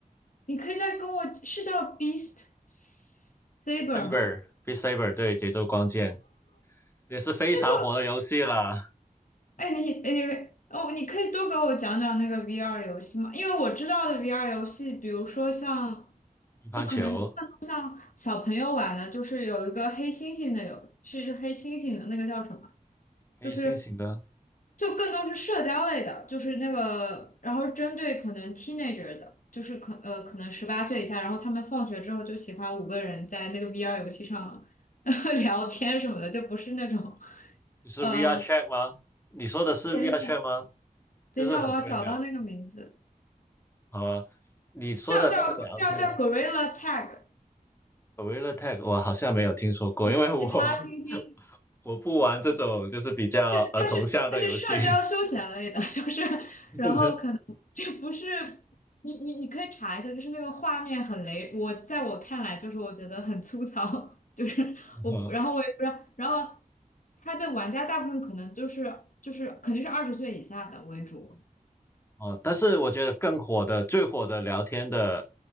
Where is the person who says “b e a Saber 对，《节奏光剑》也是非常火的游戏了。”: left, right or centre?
Left